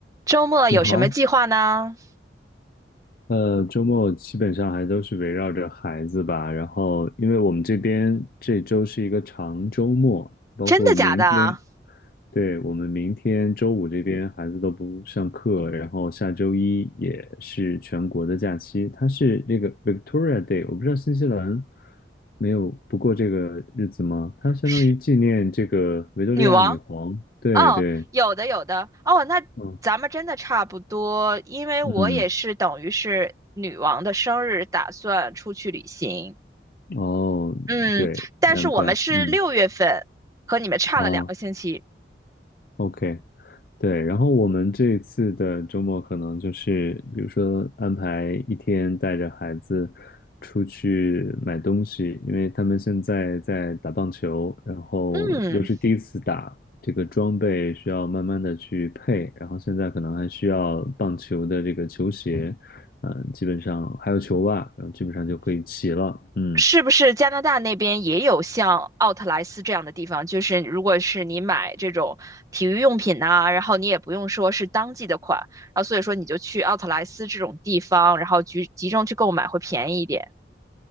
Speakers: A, on the right; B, on the left.
A: 周末有什么计划呢？
B: 你好，呃，周末基本上还都是围绕着孩子吧。然后，因为我们这边这周是一个长周末，包括明天，
A: 真的假的？
B: 对，我们明天周五这边孩子都不上课，然后下周一也是全国的假期，它是这个 Victoria Day，我不知道新西兰没有不过这个日子吗？它相当于纪念这个维多利亚女皇。
A: 是女王？
B: 对对，
A: 哦，有的有的。哦，那咱们真的差不多，
B: 嗯
A: 因为我也是等于是女王的生日，
B: 嗯，
A: 打算出去旅行。
B: 哦，
A: 嗯，
B: 对，
A: 但是我们是六月份，
B: 难怪，嗯。
A: 和你们差了两个星期。
B: 啊，OK，对，然后我们这一次的周末可能就是，比如说安排一天带着孩子出去买东西，因为他们现在在打棒球，然后又是第一次打，
A: 嗯，
B: 这个装备需要慢慢的去配，然后现在可能还需要棒球的这个球鞋，嗯、基本上还有球袜，然后基本上就可以齐了，嗯。
A: 是不是加拿大那边也有像奥特莱斯这样的地方？就是如果是你买这种体育用品呐、然后你也不用说是当季的款，然后所以说你就去奥特莱斯这种地方，然后集集中去购买会便宜一点。